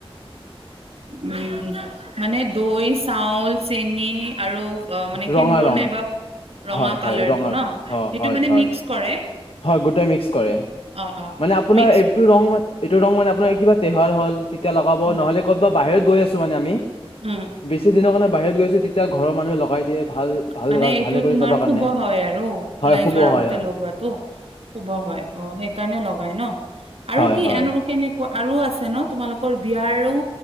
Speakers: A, on the right; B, on the left.
A: উ মানে দৈ চাউল চেনি আৰু অ মানে
B: ৰঙা
A: সেন্দুৰ
B: ৰং
A: নাইবা ৰঙা
B: হয়
A: কালাৰটো
B: হয় ৰঙা
A: ন
B: ৰং অ
A: সেইটো
B: হয়
A: মানে
B: হয়
A: মিক্স কৰে
B: হয় গোটেই মিক্স কৰে
A: অ অ
B: মানে আপোনাৰ
A: মিক্স
B: এইটো ৰ এইটো ৰং মানে আপোনাৰ কিবা তিহল হ'ল তেতিয়া লগাব
A: উম
B: নহ'লে ক'ত বা বাহিৰত গৈ আছোঁ মানে আমি।
A: উম
B: বেছি দিনৰ কাৰণে বাহিৰ গৈ আছে তেতিয়া ঘৰ মানুহে লগাই দিয়ে ভাল ভাল
A: মানে এইটো
B: ভালে কৰি
A: তোমাৰ
B: যাবৰ কাৰণে
A: শুভ হয় আৰু
B: হয়
A: উওলাই
B: শুভ
A: যোৱাৰ আগতে
B: হয় হয়
A: লগোৱাাতটো? শুভ হয় অ' সেইকাৰণে লগাই ন আৰু
B: হয়,
A: কি
B: হয়,
A: এনে কেনেকুৱা আৰু আছে ন তোমালোকৰ বিয়াৰো